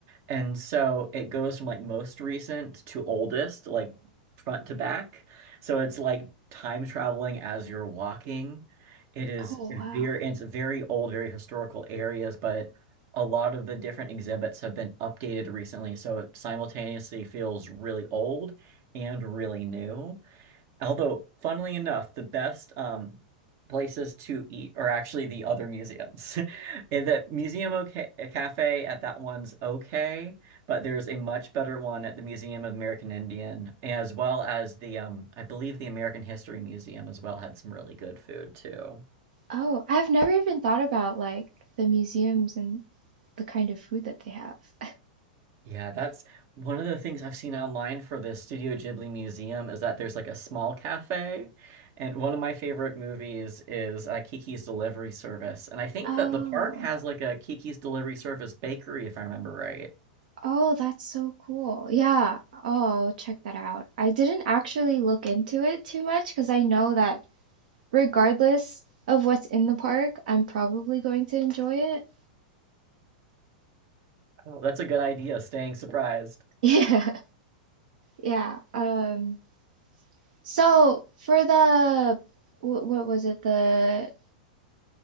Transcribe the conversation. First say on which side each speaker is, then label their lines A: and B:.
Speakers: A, on the right; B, on the right.
A: And so it goes from like most recent to oldest, like front to back. So it's like time traveling as you're walking. It is
B: Oh,
A: very,
B: wow.
A: and it's very old, very historical areas, but a lot of the different exhibits have been updated recently. So it simultaneously feels really old and really new. Although, funnily enough, the best um, places to eat are actually the other museums. <laughs> And The Museum okay, Cafe at that one's okay, but there's a much better one at the Museum of American Indian, as well as the um, I believe the American History Museum as well had some really good food too.
B: Oh, I've never even thought about like the museums and the kind of food that they have.
A: Yeah, that's one of the things I've seen online for the Studio Ghibli Museum is that there's like a small cafe. And one of my favorite movies is uh, Kiki's Delivery Service. And I think
B: Oh,
A: that the park has like a Kiki's Delivery Service bakery, if I remember right.
B: oh, that's so cool. Yeah. Oh, I'll check that out. I didn't actually look into it too much because I know that regardless of what's in the park, I'm probably going to enjoy it.
A: Oh, that's a good idea, staying surprised.
B: <laughs> Yeah. Yeah. Um, so for the what, what was it? The